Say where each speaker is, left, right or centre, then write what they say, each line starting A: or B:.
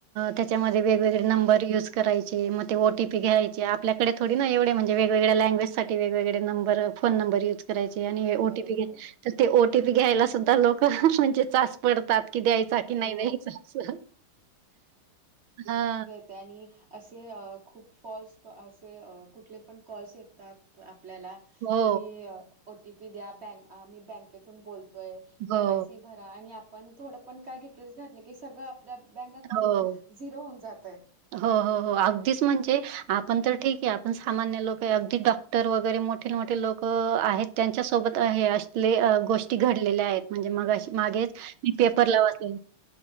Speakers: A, on the right (about 70°); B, on the right (about 30°).
A: त्याच्यामध्ये वेगवेगळे नंबर यूज करायचे मग ते ओ टीपी घ्यायचे आपल्याकडे. थोडी ना एवे म्हणे वेगवेगळे लँग्वेज साठी वेगवेगळे नंबर फोन नंबर युज करायचे. ओटीपी
B: बरोबर
A: घ्या
B: आहे.
A: तर ते ओटीपी घ्यायला सुद्धा लोक म्हणजे चाच पडतात. कि द्यायचा कि नाही
B: हो
A: द्यायचा अस हा.
B: त्यांनी असे खूप फॉल्स क असे कुठले पण कॉल्स येतात आपल्याला.
A: हो,
B: की ओटीपी द्या ब मी बँकेतून बोलतोय केवायसी.
A: हो,
B: भरा आणि आपण थोडं पण काय डिटेल्स घातलं की सगळं आपल्या बँक अकाउंट.
A: हो.
B: झिरो होऊन जातय.
A: हो हो हो अगदीच म्हणजे आपण तर ठीक आहे आपण सामान्य लोक आहे अगदी डॉक्टर. तर वगैरे मोठे मोठे लोक आहेत त्यांच्यासोबत हे असले गोष्टी घडलेल्या आहेत. म्हणजे मगशी मागेच मी पेपरला वाचलं.